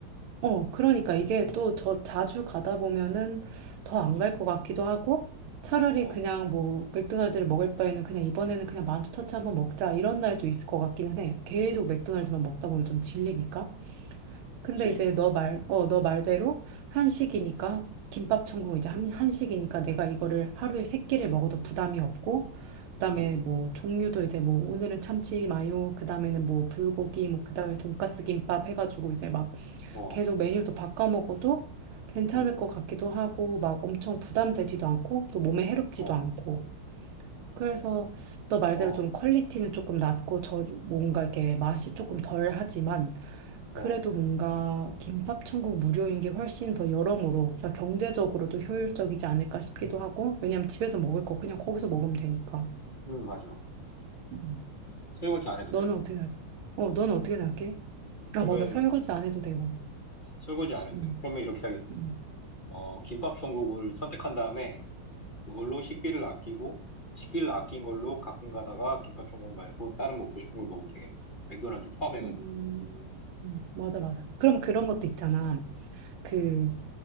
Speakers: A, on the right (about 75°); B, on the left (about 30°).
A: 어, 그러니까 이게 또 저 자주 가다 보면은 더 안
B: 응,
A: 갈 것 같기도 하고 차라리
B: 어,
A: 그냥 뭐 맥도날드를 먹을 바에는 그냥 이번에는 그냥 맘스터치 한번 먹자 이런 날도 있을 것 같기는 해. 계속 맥도날드만 먹다 보면 좀 질리니까. 근데
B: 그치?
A: 이제 너 말, 어, 너 말대로 한식이니까 김밥 천국 이제 한- 한식이니까 내가 이거를 하루에 세 끼를 먹어도 부담이 없고 그다음에
B: 응,
A: 뭐 종류도 이제 뭐 오늘은 참치 마요 그다음에는 뭐 불고기 뭐 그다음에 돈까스 김밥 해가지고 이제 막
B: 어,
A: 계속 메뉴도 바꿔 먹어도 괜찮을
B: 응,
A: 것 같기도 하고, 막 엄청 부담되지도 않고, 또 몸에 해롭지도
B: 어,
A: 않고. 그래서 너 말대로
B: 어,
A: 좀 퀄리티는 조금 낮고, 저, 뭔가 이렇게 맛이 조금 덜 하지만,
B: 어,
A: 그래도 뭔가 김밥 천국 무료인 게 훨씬 더 여러모로, 그러니까 경제적으로도
B: 응,
A: 효율적이지 않을까 싶기도 하고, 왜냐면 집에서 먹을
B: 응, 응,
A: 거 그냥 거기서 먹으면 되니까.
B: 응, 맞아.
A: 음.
B: 설거지 안 해도
A: 너는
B: 되고.
A: 어떻게 생각해? 어, 너는 어떻게 생각해? 아,
B: 그러면,
A: 맞아. 설거지 안 해도 되고.
B: 어, 설거지 안 해도
A: 음,
B: 되고. 그러면 이렇게 하겠다.
A: 음.
B: 어, 김밥 천국을 선택한 다음에 그걸로 식비를 아끼고, 식비를 아낀 걸로 가끔 가다가 김밥 천국 말고 다른 먹고 싶은 걸 먹으면 되겠네. 맥도날드 포함해가지고.
A: 음, 음, 맞아, 맞아. 그럼 그런 것도 있잖아. 그,